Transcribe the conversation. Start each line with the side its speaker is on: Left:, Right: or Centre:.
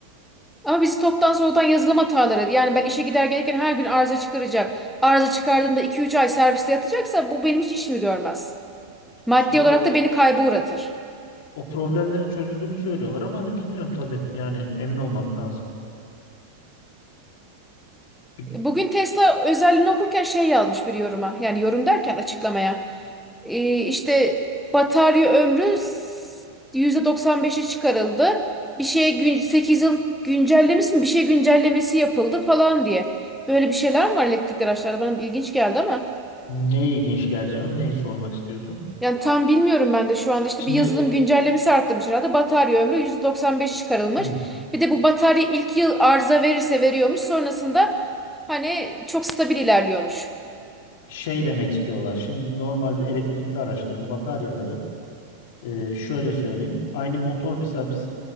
Centre: Ama biz toptan soğuktan yazılım hataları. Yani ben işe gider gelirken her gün arıza çıkaracak. Arıza çıkardığında iki üç ay serviste yatacaksa bu benim hiç işimi görmez. Maddi
Left: İşte
Centre: olarak da beni kayba uğratır.
Left: o problemlerin çözüldüğünü söylüyorlar ama hani bilmiyorum tabii. Yani emin olmak lazım. Bir-
Centre: Bugün Tesla özelliğini okurken şey yazmış bir yoruma. Yani yorum derken açıklamaya. Ee, işte batarya ömrü s- yüzde doksan beşe çıkarıldı. Bir şey gün, 8 yıl güncellemesi mi? Bir şey güncellemesi yapıldı falan diye. Böyle bir şeyler mi var elektrikli araçlarda? Bana ilginç geldi ama.
Left: Ne ilginç geldi canım? Neyi sormak istiyorsun?
Centre: Yani tam bilmiyorum ben de şu anda işte
Left: Şimdi
Centre: bir yazılım güncellemesi arttırmış herhalde. Batarya ömrü %95 çıkarılmış.
Left: hı,
Centre: Bir de bu batarya ilk yıl arıza verirse veriyormuş. Sonrasında hani çok stabil ilerliyormuş.
Left: şey demek istiyorlar. Şimdi normalde elektrikli araçların bataryaları e, şöyle söyleyeyim. Aynı motor mesela biz